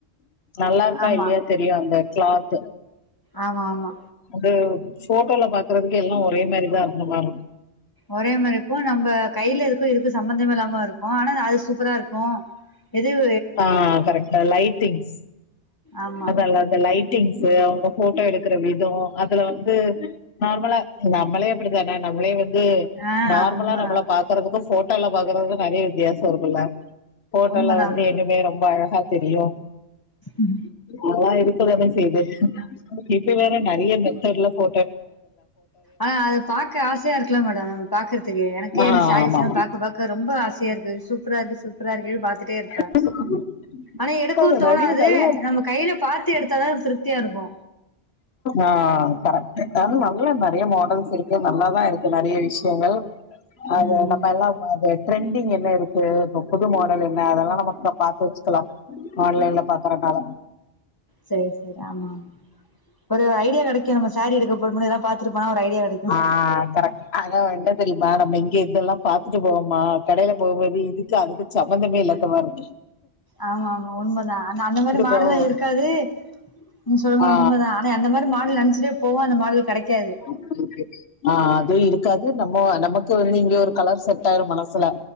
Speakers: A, on the left; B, on the left.
A: நல்லா இருக்கா
B: ஆமா
A: இல்லையா தெரியு அந்த கிளாத்து
B: ஆமா ஆமா
A: வந்து போட்டோல பாக்குறதுக்கு எல்லா ஒரே மாரிதா இருக்குமா
B: ஒரே மாரிக்கு நம்ப கையில இருக்கு இதுக்கு சம்மந்தமே இல்லாம இருக் கு ஆனாலு அது சூப்பரா இருக்கு எதுவு
A: ஆ கரெக்ட் லைட்டிங்ஸ்
B: ஆமா
A: அதா அந்த லைட் டிங்ஸ்சு அவுங்க போட்டோ எடுக்குற விதோ அதுல வந்து நார்மலா நம்மளே அப்டித்தானே நம்மளே வந்து
B: ஆ
A: நார்மலா
B: உண்மதா
A: நம்மள பா க்கறதுக்கு போட்டோல பாக்குறதுக்கு நெறைய வித்தியாசொ இருக்குல அதுல
B: உண்மதா
A: வந்து இன்னுமே ரொம்ப அழகா தெரியு
B: ம்
A: அதலா இருக்கதானே செய்து இப்ப வேற நெறைய மெத்தட்ல போ
B: ஆ அதுப் பாக்க ஆசையா இருக்ல மேடம் பாக்கறதுகே எனக்கே
A: ஆ
B: இந்த சாரீஸ்லாம்
A: ஆமா
B: பாக் இப்ப பாக்க ரொம்ப ஆசையாருக்கு சூப்பராருக்கு சூப்பராருக்கேனு பாத்துட்டேருக்
A: <inaudible>
B: ஆனா எடுக்கவு தோணாது
A: நெறைய நல்லா
B: நம்ம கைல பாத்து எடுத்தாதா திருப்தியா இருக்கு
A: ஆ கரெக்ட்டு ஆனா நல்லா நெறைய மாடல்ஸ் இருக்கு நல்லாதா இருக்கு நெறைய விஷ்யங்கள் அது
B: ம்
A: நம்ம எல்லா அது ட்ரெண்டிங் என்ன இருக்கு இப்ப புது மாடலு நே அதெல்லா நம்ம இப்ப பாத்து வச்சுக்கலா ஆன்லைன்ல பாக்கறனால
B: சேரி சேரி ஆமாமா ஒரு ஐடியா கெடைக்கு நம்ம சாரீ எடுக்க போடு போது இதலா பாத்துட்டுப்போனா ஒரு ஐடியா கெடைக்கு
A: ஆ கரெக்ட் ஆனா ஒன்டத் தெரியுமா நம்ம இங்கியே இதெல்லாம் பாத்துட்டு போவோமா கடைல போகும்போது இதுக்கு அதுக்கு ம்பந்தமே இல்லதா மார்ருக்கு
B: ஆமா ஆமா உண்மதா ஆனா அந்த மாரி மாடலா
A: போவோ
B: இருக்காது ம் சொல்லுங்க
A: ஆ
B: உண்மதா ஆனா அந்த மாரி மாடல் நென்ச்சிட்டே போவோ அந்த மாடல் கெடைக்காது
A: <inaudible> ஆ அது இருக்காது நம்மோ நமக்கு வந்து இங்கியே ஒரு கலர் செட்டாயிரு மனசுல